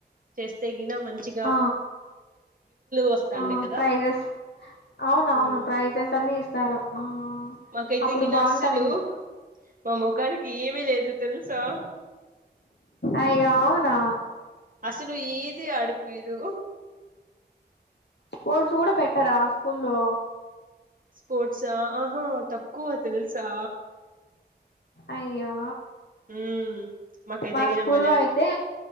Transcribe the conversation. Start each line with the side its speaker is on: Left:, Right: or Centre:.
Right: చేస్తే గిన మంచి
Left: ఆ
Right: వస్తాండే
Left: ఆ
Right: కదా
Left: ప్రైజెస్ అవును అవును
Right: ఉమ్
Left: ప్రైజెస్ అన్ని ఇస్తారు ఆ
Right: మాకైతే
Left: అప్పుడు
Right: ఈను
Left: బాగుంటానింది
Right: అస్సలు మా మొఖానికి ఏమీ లేదు తెల్సా?
Left: అయ్యో ఔనా?
Right: అస్సలు ఏది ఆడిపీదు
Left: స్పోర్ట్స్ కూడా పెట్టరా స్కూల్లో
Right: స్పోర్ట్సా ఆహా తక్కువ తెల్సా?
Left: అయ్యో
Right: ఉమ్ మాకైతే
Left: మా
Right: గిన
Left: స్కూల్లో
Right: బలే
Left: అయితే